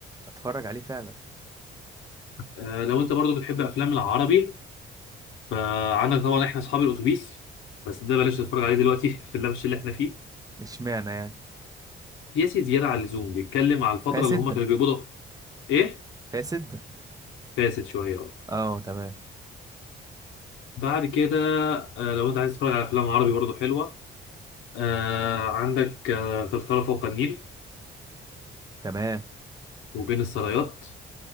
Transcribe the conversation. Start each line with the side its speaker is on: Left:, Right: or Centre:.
Right: اتفرج عليه فعلا
Left: آه لو انت برضو بتحب افلام العربي فعندك طبعا احنا اصحاب الاتوبيس بس ده بلاش تتفرج عليه دلوقتي <laughs> في اللبش اللي احنا فيه
Right: اشمعنى يعني
Left: سياسي زياده عن اللزوم بيتكلم على الفتره
Right: فيها سده
Left: اللي هم كانوا بيقبضوا ايه
Right: فيها سده
Left: فاسد شويه اه
Right: اه تمام
Left: بعد كده آه لو انت عايز تتفرج على افلام عربي برضو حلوه آه عندك آه ثرثرة فوق النيل
Right: تمام
Left: وبين السرايات